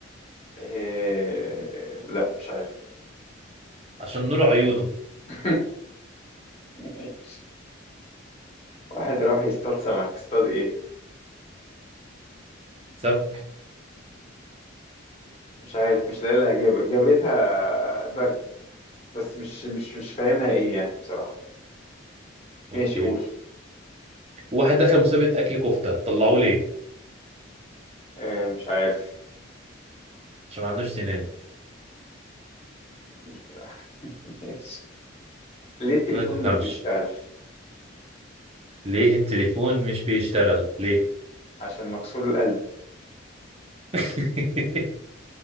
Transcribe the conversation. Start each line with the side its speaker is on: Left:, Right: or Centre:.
Left: إيه... لا مش عارف
Right: عشان نور عيونه
Left: <laughs> ماشي. واحد راح يصطاد سمك اصطاد ايه
Right: سمك
Left: مش عارف مش لاقي لها اجابة جابتها برد بس مش مش مش فاهمها ايه يعني بصراحة ماشي
Right: اوكي
Left: قول
Right: واحد دخل مسابقة أكل كفتة طلعوه ليه؟
Left: آه، مش عارف
Right: عشان ما عندوش سنان
Left: مش <laughs> ماشي. ليه التليفون
Right: ما تفهمش
Left: مش بيشتغل
Right: ليه التليفون مش بيشتغل ليه
Left: عشان مكسور القلب
Right: <laughs>